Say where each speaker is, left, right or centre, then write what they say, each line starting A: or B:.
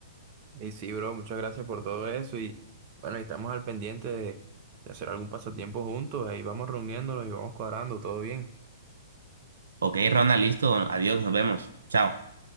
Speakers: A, on the right; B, on the right.
A: Y sí, bro, muchas gracias por todo eso. Y bueno, ahí estamos al pendiente de, de hacer algún pasatiempo juntos. Ahí vamos reuniéndonos y vamos cuadrando, todo bien.
B: Ok, Ronald, listo, adiós, nos vemos, chao.